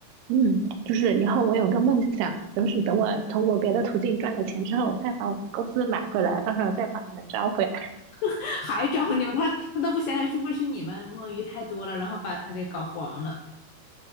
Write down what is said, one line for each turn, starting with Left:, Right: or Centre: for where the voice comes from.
Right: 嗯，就是以后我有个梦想，就是等我通过别的途径赚了钱之后，我再把我们公司买回来，到时候再把你们招回来。<laughs>
Left: <laughs> 还招你们，他他都不想想是不是你们摸鱼太多了，然后把他给搞黄了。